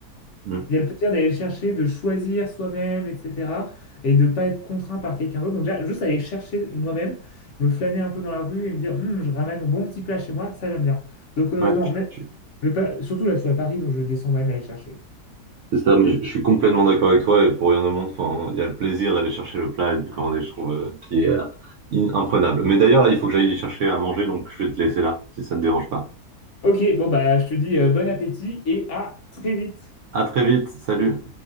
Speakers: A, on the right (about 70°); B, on the left (about 65°).
A: Hmm.
B: il y a le plaisir d'aller chercher, de choisir soi-même, etc. Et de ne pas être contraint par quelqu'un d'autre. Donc, j'a- juste aller chercher moi-même, me flâner un peu dans la rue et me dire, Hum, je ramène mon bon petit plat chez moi, ça j'aime bien. Donc, euh,
A: Ouais,
B: non, mais,
A: je- je-
B: mais pas, surtout là, je suis à Paris, donc je descends moi-même aller le chercher.
A: c'est ça, mais je, je suis complètement d'accord avec toi, et pour rien au monde, enfin, il y a le plaisir d'aller chercher le plat et de le commander, je trouve, euh, qui est euh, in- imprenable. Mais d'ailleurs, là, il faut que j'aille chercher à manger, donc je vais te laisser là, si ça te dérange pas.
B: Ok, bon, bah, je te dis euh, bon appétit et à très vite.
A: À très vite, salut!